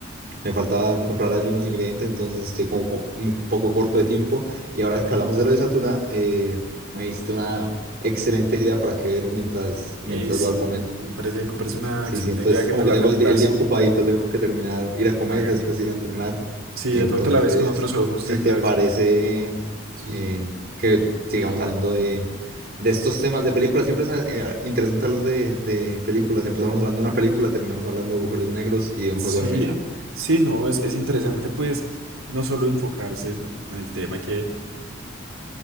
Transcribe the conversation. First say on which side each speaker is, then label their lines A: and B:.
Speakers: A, on the right; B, on the right.
A: me faltaba
B: Ok,
A: comprar allí unos ingredientes, entonces estoy como po- un poco corto de tiempo. Y ahora
B: ok.
A: que hablamos de lo de Satura, eh, me diste una excelente idea para que ver mientras, mientras
B: Ey, sí,
A: voy a comer.
B: me parece, me parece una
A: Sí,
B: excelente
A: sí, entonces
B: idea que
A: como
B: te la
A: que tengo
B: repitas.
A: el, di- el día ocupadito, tengo que terminar, ir a comer,
B: Hágale.
A: después ir a entrenar.
B: Sí,
A: Entonces,
B: de pronto la ves con otros ojos,
A: si
B: ya
A: te
B: que la ves.
A: parece
B: vi- Sí.
A: eh, que sigamos hablando de, de estos temas de películas, siempre es eh, interesante hablar de, de películas. Empezamos hablando de una película, terminamos hablando de agujeros negros y de un
B: Sí,
A: juego de mesa.
B: sí, no, es, es interesante, pues, no solo enfocarse en en el tema hay que